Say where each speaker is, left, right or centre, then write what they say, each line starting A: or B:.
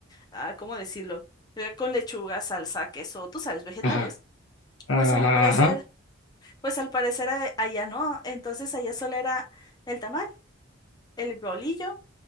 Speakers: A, on the left; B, on the left.
A: ah, ¿cómo decirlo? Eh, con lechuga, salsa, queso, tú sabes, vegetales.
B: Ajá, ajá,
A: Pues al parecer,
B: ajá.
A: pues al parecer eh, allá no, entonces allá solo era el tamal, el bolillo